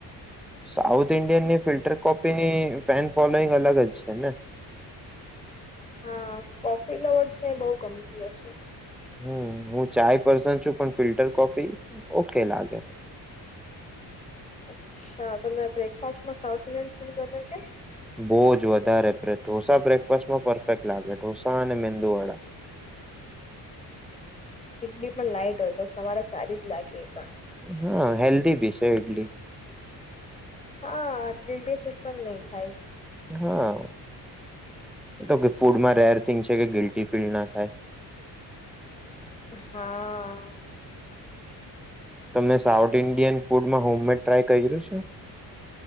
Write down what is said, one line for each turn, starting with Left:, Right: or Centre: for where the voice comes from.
Centre: સાઉથ ઈન્ડિયનની ફિલ્ટર કોપીની ફેન ફોલોઈંગ અલગ જ છે ને.
Left: હા કોફી લ્વર્સ ને બહુ ગમતી હશે.
Centre: હમ હું ચાય પર્સ છું પણ ફિલ્ટર કોફી ઓકે લાગે.
Left: અચ્છા તને બ્રેકફાસ્ટમાં સાઉથ ઇન્ડિયન ફૂડ ગમે કે.
Centre: બહુ જ વધારે ઢોસા બ્રેકફાસ્ટમાં પરફેક્ટ લાગે ઢોસા અને મેંદુવાળા.
Left: ટલી પણ લાઈટ હોય તો સવારે સારી જ લાગે એ પણ.
Centre: હા હેલ્ધી ભી છે ઇડલી.
Left: હ ગિલડી ફીલ પણ નહી થાય.
Centre: હા તો કે ફૂડમાં રેર થિંગ છે કે ગિલ્ટી ફીલ ના થાય.
Left: હા.
Centre: તમે સાઉથ ઇન્ડિયન ફૂડમાં હોમમેડ ટ્રાય કર્યું છે.